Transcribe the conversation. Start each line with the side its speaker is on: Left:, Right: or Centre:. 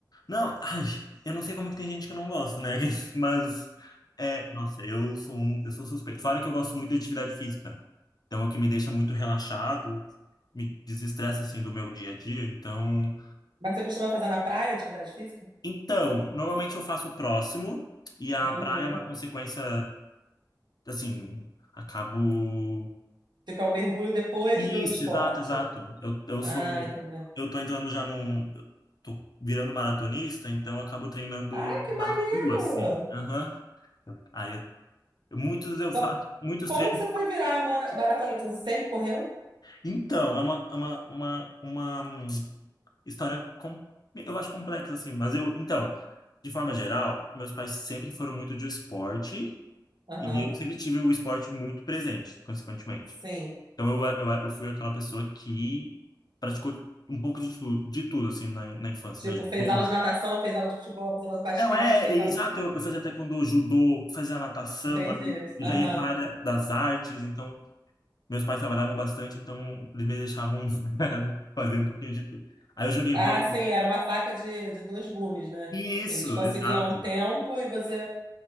Left: Não, ai, eu não sei como é que tem gente que não gosta, né? <laughs> Mas, é, nossa, eu sou um, eu sou suspeito. Fora que eu gosto muito de atividade física. Então, é o que me deixa muito relaxado, me desestressa, assim, do meu dia a dia. Então,
Right: Mas você costuma fazer na praia atividade física?
Left: então, normalmente eu faço próximo e a
Right: Uhum.
Left: praia é uma consequência, assim, acabo...
Right: Tipo, é um mergulho depois
Left: Isso,
Right: do esporte.
Left: exato, exato. Eu, eu
Right: Ah,
Left: sou...
Right: entendi.
Left: Eu tô entrando já num... eu Tô virando maratonista, então eu acabo treinando
Right: Ah, que maneiro!
Left: na rua, assim. Aham. Aí eu Muitos eu
Right: Co-
Left: faço, muitos
Right: Como,
Left: treinos.
Right: que você foi virar a mara- maratonista? Você sempre correu?
Left: Então, é uma, é uma, uma, uma hum, história, com, eu acho complexa, assim, mas eu, então, de forma geral, meus pais sempre foram muito de esporte
Right: Aham,
Left: e eu sempre tive o esporte muito presente, consequentemente.
Right: sim.
Left: Então, eu, eu, eu fui aquela pessoa que praticou um pouco de, tu, de tudo, assim, na, na infância,
Right: Tipo,
Left: né?
Right: fez
Left: Judô.
Right: aula de natação, fez aula de futebol, fez aula de basquete,
Left: Não, é,
Right: fez
Left: é exato,
Right: aula de...
Left: eu, eu fazia taekwondo, judô, fazia natação,
Right: Entendi.
Left: aí eu
Right: Aham.
Left: já ia para a área das artes, então Meus pais trabalhavam bastante, então eles me deixavam <laughs> fazer um pouquinho de tudo. Aí eu joguei
Right: Ah,
Left: vôlei.
Right: sim, era uma faca de, de dois gumes, né?
Left: Isso,
Right: Eles conseguiam
Left: exato,
Right: tempo e você